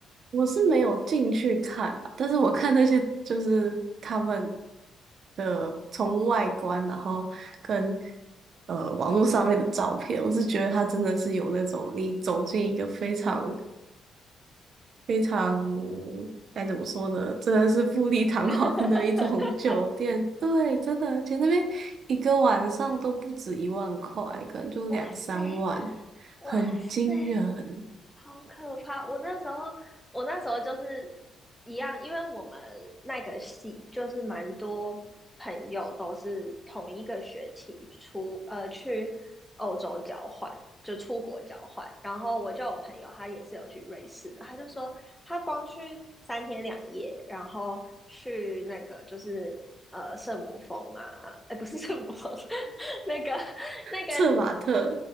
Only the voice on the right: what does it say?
我是没有进去看啊，但是我看那些就是他们的从外观，然后跟呃网络上面的照片，我是觉得它真的是有那种你走进一个非常非常该怎么说呢，真的是富丽堂皇的一种酒店，
对，真的，而且那边一个晚上都不止一万块，可能就两三万，
很惊人，
策马特，